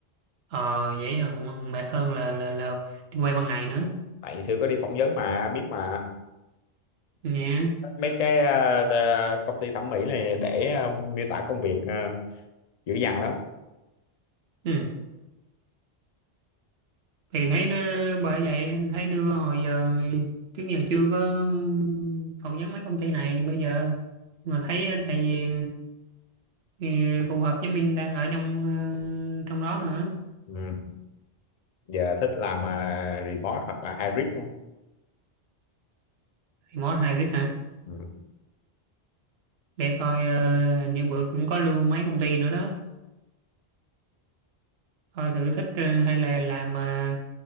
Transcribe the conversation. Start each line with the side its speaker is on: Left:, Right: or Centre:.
Right: ờ vậy thôi cũng mệt hơn là là là đi quay ban ngày nữa
Left: tại xưa có đi phỏng vấn mà biết mà
Right: nha
Left: mấy cái ờ, tờ- công ty thẩm mỹ này để ờ, miêu tả công việc ờ, dữ dằn lắm
Right: Ừ. Thì thấy nó bởi vậy thấy đưa hồi giờ trước giờ chưa có phỏng vấn mấy công ty này bây giờ mà thấy tại vì ừ, phù hợp với mình đang ở trong ờ, trong đó nữa
Left: ừ. giờ thích làm ờ, remote hoặc là hybrid á.
Right: remote hybrid hả
Left: ừ.
Right: để coi ờ, như bữa cũng có lưu mấy công ty nữa đó coi thử thích ờ, hay là làm ờ,